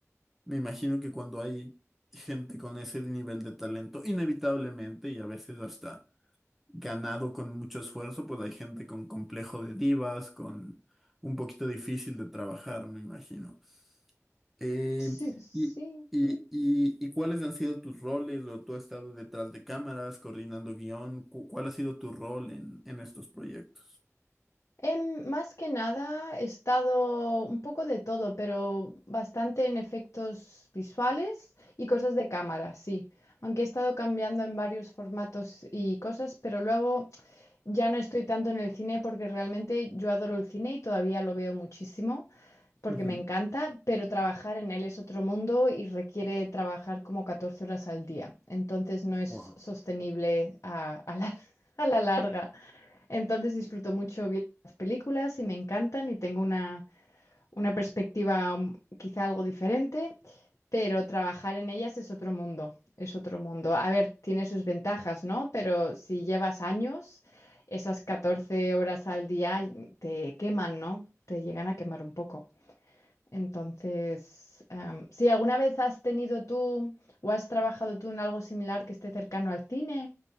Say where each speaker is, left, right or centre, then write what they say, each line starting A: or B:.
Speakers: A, in the centre; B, on the left (about 80°).
A: me imagino que cuando hay gente con ese nivel de talento, inevitablemente y a veces hasta ganado con mucho esfuerzo, pues hay gente con complejo de divas, con un poquito difícil de trabajar, me imagino. Eh,
B: Sí, sí.
A: y, y- y- y cuáles han sido tus roles? ¿O tú has estado detrás de cámaras, coordinando guión? Cu- ¿Cuál ha sido tu rol en, en estos proyectos?
B: Em, más que nada he estado un poco de todo, pero bastante en efectos visuales y cosas de cámara, sí. Aunque he estado cambiando en varios formatos y cosas, pero luego... Ya no estoy tanto en el cine porque realmente yo adoro el cine y todavía lo veo muchísimo porque
A: Ujú.
B: me encanta, pero trabajar en él es otro mundo y requiere trabajar como 14 horas al día. Entonces no es
A: Wow.
B: sostenible a, a la, <laughs> a la larga. Entonces disfruto mucho viendo las películas y me encantan y tengo una, una perspectiva um, quizá algo diferente pero trabajar en ellas es otro mundo, es otro mundo. A ver, tiene sus ventajas, ¿no? Pero si llevas años, esas 14 horas al día te queman, ¿no? Te llegan a quemar un poco. Entonces, em, si alguna vez has tenido tú o has trabajado tú en algo similar que esté cercano al cine